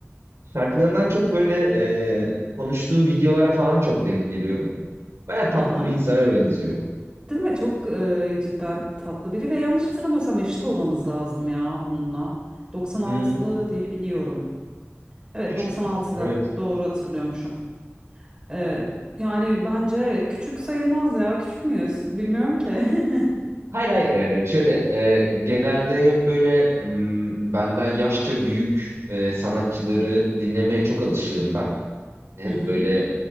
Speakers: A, on the right (about 75°); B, on the right (about 20°).
A: şarkılarından çok böyle, eee, konuştuğu videolara falan çok denk geliyorum. Baya tatlı
B: Aha.
A: bir insana benziyor.
B: Değil mi? Çok e, cidden tatlı biri ve yanlış hatırlamıyorsam eşit olmamız lazım ya onunla. 96'lı
A: Hımm.
B: diye biliyorum. Evet
A: küçük
B: 96'lı
A: Evet.
B: doğru hatırlıyormuşum. E, yani bence e, küçük sayılmaz ya küçük müyüz? Bilmiyorum ki. <laughs>
A: Hayır hayır yani şöyle e, genelde hep böyle m, benden yaşça büyük e, sanatçıları dinlemeye çok alışığım ben. Hep
B: Hı hı.
A: böyle